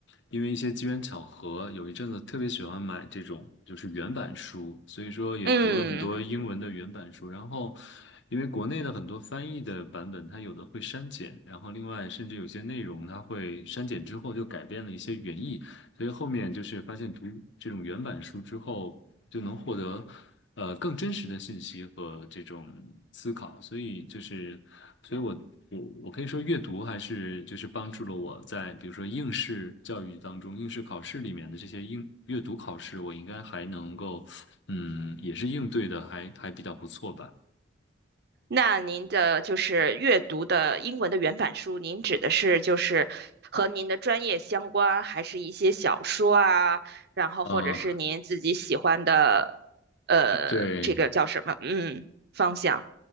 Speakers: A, on the left; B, on the right.
A: 因为一些机缘巧合，有一阵子特别喜欢买这种就是原版书，所以说也读了很多英文的原版书，
B: 嗯。
A: 然后。因为国内的很多翻译的版本，它有的会删减，然后另外甚至有些内容它会删减之后就改变了一些原意，所以后面就是发现读这种原版书之后，就能获得呃更真实的信息和这种思考。所以就是，所以我我我可以说阅读还是就是帮助了我在比如说应试教育当中、应试考试里面的这些应阅读考试，我应该还能够嗯也是应对的还还比较不错吧。
B: 那您的就是阅读的英文的原版书，您指的是就是和您的专业相关，还是一些小说啊，然后或者是您自己喜欢的，
A: 嗯，
B: 呃，
A: 对，
B: 这个叫什么？嗯，方向。